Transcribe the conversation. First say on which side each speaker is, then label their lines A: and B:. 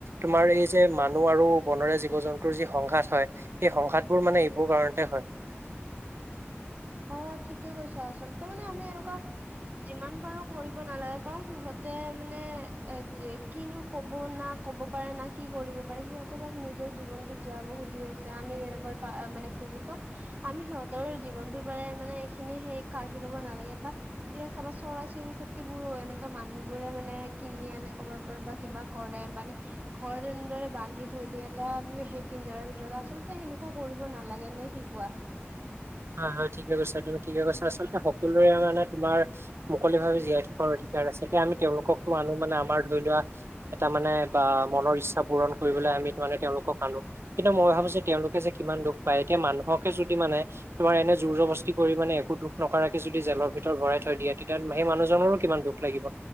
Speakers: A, on the right; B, on the right.
A: তোমাৰ এই যে মানুহ আৰু বনৰীয়া জীৱ-জন্তুৰ যি সংঘাত হয় সেই সংঘাতবোৰ মানে এইবোৰ কাৰণতে হয়। <inaudible>
B: অ ঠিকেই কৈছা আচলতে মানে আমি এনেকুৱা যিমান পাৰো কৰিব নালাগে কাৰণ সিহঁতে মানে এ কিনো কব না- ক'ব পাৰে না কি কৰিব পাৰে সিহঁতে বচ নিজৰ জীৱনতো জীয়াব খুজি আছে আমি যেনেকৈ মানে খোজোঁ - ত আমি সিহঁতৰ জীৱনটোৰ পৰা মানে এইখিনি সেই কাঢ়ি ল'ব নালাগে বা- এতিয়া চাবা চৰাই -চিৰিকটিবোৰো এনেকুৱা মানুহ বোৰে মানে কিনি আনে কবাৰ পৰা বা কিবা- কৰে মানে- ঘৰত এনেদৰে বান্ধি থৈ দিয়ে এটা সেই পিঞ্জৰাৰ ভিতৰত আচলতে সেনেকুৱা কৰিব নালাগে নে কি কোৱা?
A: হয় হয় ঠিকেই কৈছা তুমি ঠিকেই কৈছা আচলতে সকলোৰে মানে তোমাৰ- মুকলিভাৱে জীয়াই থকাৰ অধিকাৰ আছে এতিয়া আমি তেওঁলোকতো আনো মানে আমাৰ ধৰি লোৱা - এটা মানে বা মনৰ ইচ্ছা পূৰণ কৰিবলৈ আমি মানে তেওঁলোকক আনো কিন্তু মই ভাবো যে তেওঁলোকে যে কিমান দুখ পায় এতিয়া মানুহকে যদি মানে- তোমাৰ এনে জোৰ জবস্তি কৰি মানে একো দুখ নকৰাকে যদি জেলৰ ভিতৰত ভৰাই থৈ দিয়ে তেতিয়া সেই মানুহজনৰো কিমান দুখ - লাগিব,